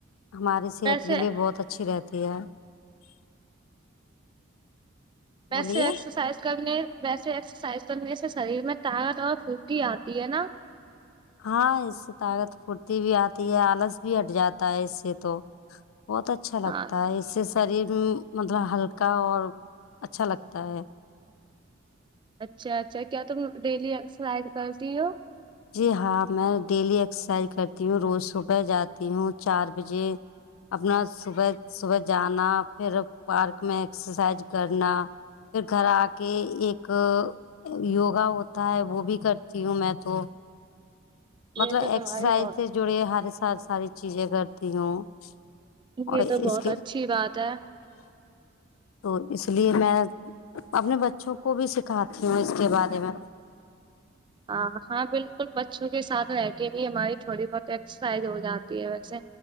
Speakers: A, on the left; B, on the right.
A: ہماری صحت
B: ویسے
A: کے لیے بہت اچھی رہتی جیا
B: ویسے
A: بولیے
B: ایکسرسائز کرنے ویسے ایکسرسائز کرنے سے شریر میں طاقت اور پھرتی آتی ہے نا
A: ہاں اس سے طاقت پھرتی بھی آتی ہے آلس بھی ہٹ جاتا ہے اس سے تو بہت اچھا اچھا
B: ہاں
A: لگتا ہے اس سے شریر مطلب ہلکا اور اچھا لگتا ہے
B: اچھا اچھا کیا تم ڈیلی ایکسرسائز کرتی ہو
A: جی ہاں میں ڈیلی ایکسرسائز کرتی ہوں روز صبح جاتی ہوں چار بجے اپنا صبح صبح جانا پھر پارک میں ایکسرسائز کرنا پھر گھر آ کے ایک یوگا ہوتا ہے وہ بھی کرتی ہوں میں تو مطلب
B: یہ تو
A: ایکسرسائز
B: تمہاری بہت
A: سے جڑی ہر ساری چیزیں کرتی ہوں اور
B: یہ تو
A: اس
B: بہت
A: کے
B: اچھی بات ہے
A: تو اس لیے میں اپنے بچوں کو بھی سکھاتی ہوں اس کے بارے میں
B: ہ ہاں بالکل بچوں کے ساتھ رہ کے بھی ہماری تھوڑی بہت ایکسرسائز ہو جاتی ہے ویسے